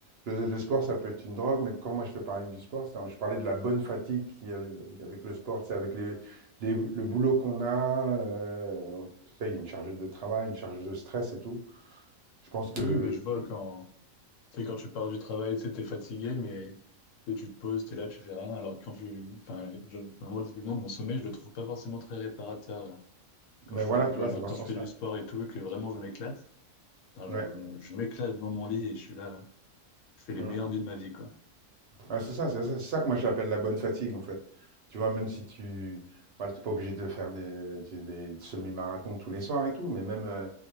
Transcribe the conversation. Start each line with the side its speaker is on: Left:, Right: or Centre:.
Right: le- le sport, ça peut être une drogue, mais quand moi je te parlais du sport, c'est- je parlais de la bonne fatigue qu'il y a avec le sport, c'est avec les, les- le boulot qu'on a. euh, on- tu sais, il y a une charge de travail, une charge de stress et tout. Je pense que.
Left: Oui, oui, mais je vois quand, tu sais, quand tu pars du travail, tu sais, t'es fatigué, mais tu sais, tu te poses, t'es là, tu fais rien. Alors que quand tu, enfin, je- enfin, moi, typiquement, mon sommeil, je le trouve pas forcément très réparateur là, quand
Right: Mais
Left: je
Right: voilà,
Left: fais le boulot.
Right: tu vois,
Left: Alors
Right: c'est dans
Left: quand
Right: ce
Left: je
Right: sens-là.
Left: fais du sport et tout, et que vraiment je m'éclate, putain,
Right: Ouais.
Left: genre, je, je m'éclate dans mon lit et je suis là, je fais les
Right: Mmh.
Left: meilleures nuits de ma vie, quoi.
Right: Ah, c'est ça, c'est ça, c'est ça que moi j'appelle la bonne fatigue en fait. Tu vois, même si tu voilà, t'es pas obligé de faire des, des- des semi-marathons tous les soirs et tout, mais même euh,